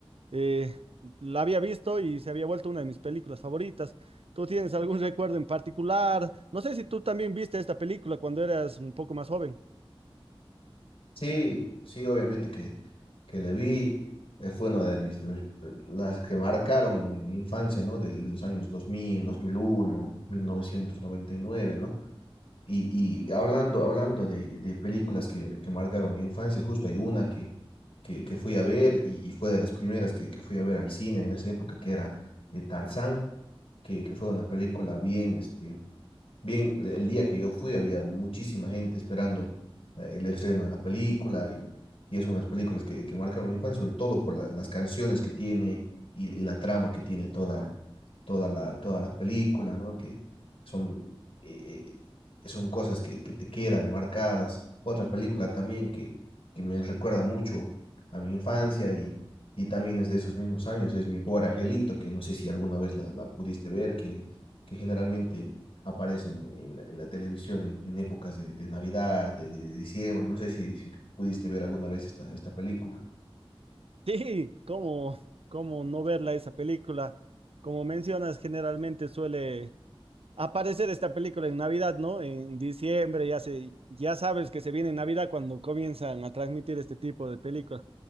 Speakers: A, on the right; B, on the left.
A: eh, la había visto y se había vuelto una de mis películas favoritas. ¿Tú tienes algún recuerdo en particular? No sé si tú también viste esta película cuando eras un poco más joven.
B: Sí, sí, obviamente que, que le vi. eh, fue una de mis, de mis- las que marcaron mi, mi infancia, ¿no? De los años dos dos mil, mil mil uno, mil novecientos noventa y nueve, ¿no? Y, y hablando, hablando de, de películas que, que marcaron mi infancia, justo hay una que, que, que fui a ver y, y fue de las primeras que, que fui a ver al cine en esa época, que era eh, Tarzán, que, que fue una película bien, este, bien, e, el día que yo fui había muchísima gente esperando eh, el estreno de la película y, y es una de las películas que, que marcaron mi infancia, sobre todo por la- las canciones que tiene y, y la trama que tiene toda toda la, todas las películas, ¿no? Que son, eh, eh, son cosas que, que te quedan marcadas. Otra película también que, que me recuerda mucho a mi infancia y, y también es de esos mismos años, es Mi Pobre Angelito, que no sé si alguna vez la, la pudiste ver, que, que generalmente aparecen en la, en la televisión en, en épocas de, de Navidad, de, de- de diciembre, no sé si, si pudiste ver alguna vez esta, esta película.
A: Sí, ¿cómo, cómo no verla esa película? Como mencionas, generalmente suele aparecer esta película en Navidad, ¿no? En diciembre, ya se, ya sabes que se viene Navidad cuando comienzan a transmitir este tipo de películas.